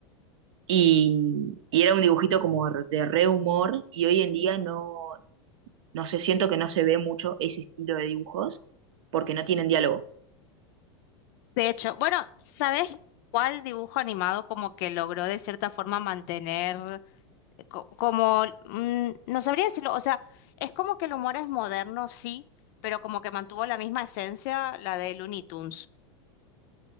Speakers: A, on the right; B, on the left.
A: Y, y era un dibujito como de re humor y hoy en día no, no sé, siento que no se ve mucho ese estilo de dibujos porque no tienen diálogo.
B: De hecho, bueno, ¿sabes cuál dibujo animado como que logró de cierta forma mantener eh, co- como, mm, no sabría decirlo, o sea, es como que el humor es moderno, sí, pero como que mantuvo la misma esencia, la de Looney Tunes.